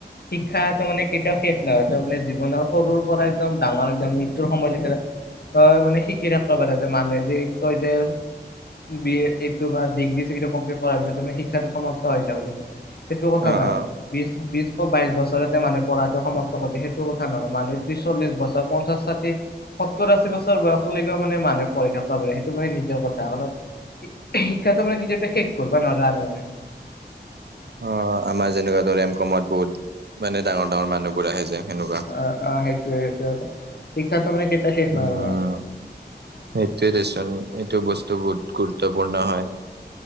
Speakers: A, on the left; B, on the right.
A: শিক্ষা ত মানে কেতিয়াও শেষ নহয় তই মানে জীৱনৰ সৰু পৰা একদম ডাঙৰ একদম মৃত্যুৰ সময় লৈকেৰে তই মানে শিকি থাকবা পাৰা যে, মানুহে যে কয় যে বি এ এইটো বা ডিগ্ৰী-চিগ্ৰী কমপ্লিট কৰাৰ পিছত তামানে শিক্ষাটো সমাপ্ত হৈ যাওআ বুলি কয়। সেইটো কথা
B: অ',
A: নহয়,
B: অ',
A: বিচ বিশ বা বাইশ বছৰতে মানুহে পঢ়াটো সমাপ্ত কৰদে। সেইটো কথা নহয় মানুহ ত্ৰিছ, চল্লিছ বছৰ, পঞ্চাছ, ছাঠি, সত্তোৰ, আছি বছৰ বয়সৰ লৈকিও মানে মানুহে পঢ়ি থাকবা পাৰে। সেইটো মানে নি নিজৰ কথা কাৰণ, শি শিক্ষাটো মানে যেতিয়া তেতিয়া শেষ কৰবা নৱৰা আৰু মানে।
B: অ', আমাৰ যেনেকুৱাতো ৰেম কমত বহুত মানে ডাঙৰ ডাঙৰ মানুহ বোৰ আহে যে। সেনেকুৱা
A: অ', অ', সেইটোৱে সেইটোৱে আৰু। শিক্ষাটো মানে কেতিয়াও শেষ
B: উম,
A: নাহয়গৈ আৰু।
B: সেইটোৱে দেচোন এইটো বস্তু বহুত গুৰুত্বপূৰ্ণ হয়,